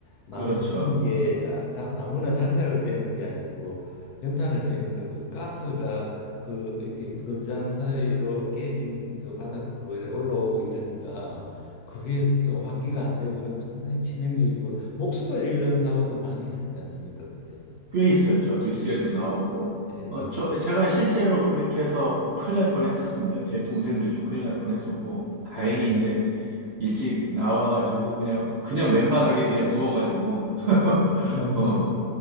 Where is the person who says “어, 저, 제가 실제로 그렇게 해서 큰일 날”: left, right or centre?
Right